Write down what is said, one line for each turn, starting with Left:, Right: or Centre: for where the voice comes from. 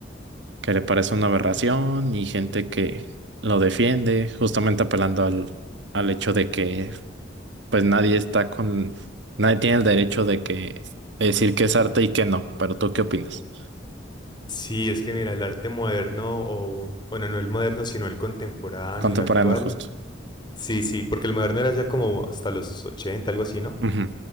Right: que le parece una aberración y gente que lo defiende, justamente apelando al al hecho de que pues nadie está con, nadie tiene el derecho de que de decir que es arte y que no, pero ¿tú qué opinas?
Left: Sí, es que mira, el arte moderno, o bueno, no el moderno, sino el contemporáneo,
Right: Contemporáneo
Left: el actual.
Right: justo.
Left: Sí, sí, porque el moderno era ya como hasta los 80, algo así, ¿no?
Right: Ujú.